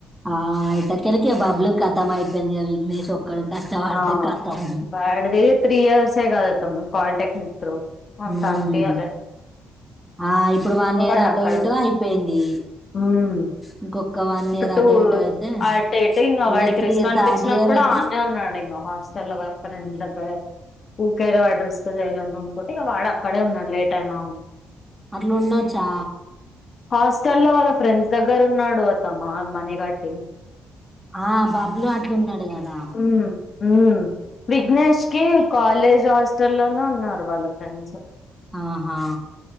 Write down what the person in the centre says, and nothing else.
ఆ అయితే కెళ్ళి బబ్లు ఖాతంపోయింది విఘ్నేష్ ఒక్కడు కష్టపడితే
కతం
ఉమ్
ఆ ఇప్పుడు వన్
ఇయర్ అటో
ఇటో అయిపోయింది
ఇంకొక వన్
ఇయర్
అటో ఇటో అయితే
ఇక
త్రీ
థర్డ్ ఇయర్ అంటే
అట్ల ఉండొచ్చా
ఆ బబ్లు అట్లున్నాడు గదా
ఆహా